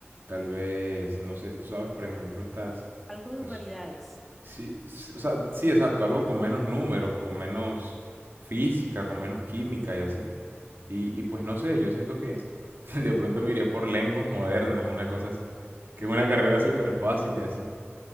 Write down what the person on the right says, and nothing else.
tal vez, no sé, tú sabes, por ejemplo, estas...
es-
sí, sí, o sea, sí, exacto, algo con menos números, con menos física, con menos química y así. Y, y pues no sé, yo siento que <laughs> de pronto me iría por lenguas modernas, una cosa así. Que es una carrera
súper fácil
y así.